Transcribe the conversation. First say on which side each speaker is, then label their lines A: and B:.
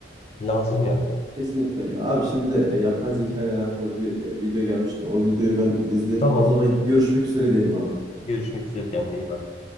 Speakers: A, on the left; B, on the right.
A: lazım yani.
B: Kesinlikle. Ya abi şimdi e, yapay zeka ile alakalı bir e, video gelmişti. O videoyu ben izleyeyim.
A: Tamam.
B: O zaman görüşmek üzere diyelim abi.
A: Görüşmek üzere kendine iyi bak.